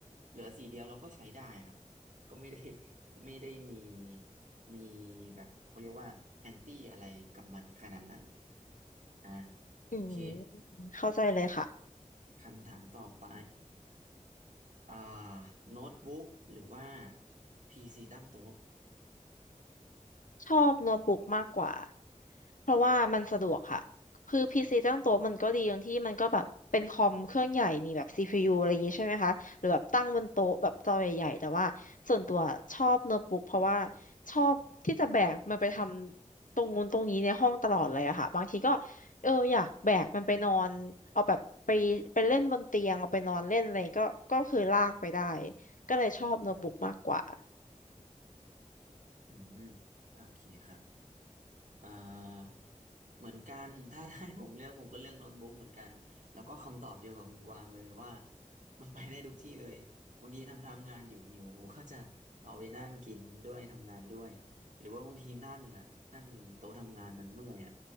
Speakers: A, on the right (about 65°); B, on the left (about 75°).
A: เหลือสีเดียวเราก็ใช้ได้ครับก็ไม่ได้ <laughs> ไม่ได้มีมีแบบเขาเรียกว่าแอนตี้อะไรกับมันขนาดนั้นอ่ะ
B: อืม
A: โอเค
B: เข้าใจเลยค่ะ
A: คำถามต่อไปอ่าโน้ตบุ๊กหรือว่าพีซีตั้งโต๊ะ
B: ชอบโน้ตบุ๊กมากกว่า เพราะว่ามันสะดวกค่ะ คือพีซีตั้งโต๊ะมันก็ดีตรงที่มันก็แบบเป็นคอมเครื่องใหญ่มีแบบ CPU อะไรอย่างงี้ใช่ไหมคะ หรือแบบตั้งบนโต๊ะแบบจอใหญ่ๆแต่ว่าส่วนตัวชอบโน้ตบุ๊กเพราะว่าชอบที่จะแบกมันไปทำตรงนู้นตรงนี้ในห้องตลอดเลยอะค่ะบางทีก็เอออยากแบกมันไปนอนเอาแบบไปไปเล่นบนเตียงเอาไปนอนเล่นอะไรก็ก็คือลากไปได้ก็เลยชอบโน้ตบุ๊กมากกว่า
A: อืมโอเคครับ อ่าเหมือนกันถ้าได้ผมเลือกผมก็เลือกโน้ตบุ๊กเหมือนกันแล้วก็คำตอบเดียวกับคุณกวางเลยว่ามันไปได้ทุกที่เลยบางทีทำทำงานอยู่หิวผมก็จะเอาไปนั่งกินด้วยทำงานด้วยหรือว่าบางทีนั่งอ่ะนั่งโต๊ะทำงานมันเมื่อยอ่ะ